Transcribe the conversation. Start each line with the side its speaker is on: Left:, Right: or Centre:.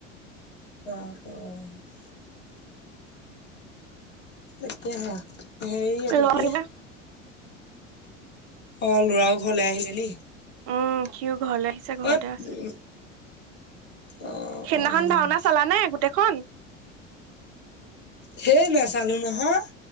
Left: <unintelligible> তাকেহে হেৰি এইটো
Right: ল'ৰা
Left: কি?
Right: কিবা।
Left: অঁ লৰাও ঘৰলে আহিলে নি।
Right: উম সিও ঘৰলে আহিছে ঘৰতে
Left: অ',
Right: আছে।
Left: উম, অ',
Right: সেইদিনাখন
Left: অ',
Right: ভাওনা- চালানে গোটেইখন।
Left: হেই নাচালো নহয়।